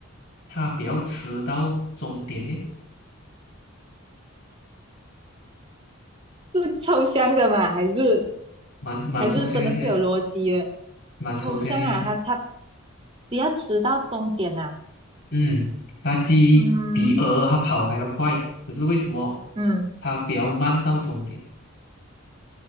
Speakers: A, on the left; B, on the right.
A: 它比较迟到终点呢？
B: 是抽象的嘛？还是
A: 蛮蛮抽象一些，
B: 还是真的是有逻辑的？
A: 蛮抽象一些。
B: 抽象啊，他他。不要迟到终点啊。
A: 嗯，它鸡比鹅它跑还要快，
B: 嗯
A: 可是为什么
B: 嗯，
A: 它比较慢到终点？